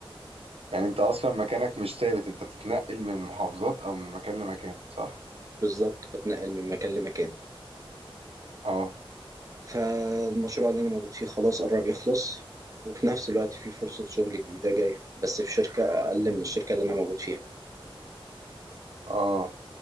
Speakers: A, on the right; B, on the right.
A: يعني انت اصلا مكانك مش ثابت انت بتتنقل من محافظات او من مكان لمكان صح
B: بالظبط بتنقل من مكان لمكان
A: اه
B: فالمشروع اللي أنا موجود فيه خلاص قرب يخلص وفي نفس الوقت في فرصة شغل جديدة جاية بس في شركة أقل من الشركة اللي أنا موجود فيها
A: اه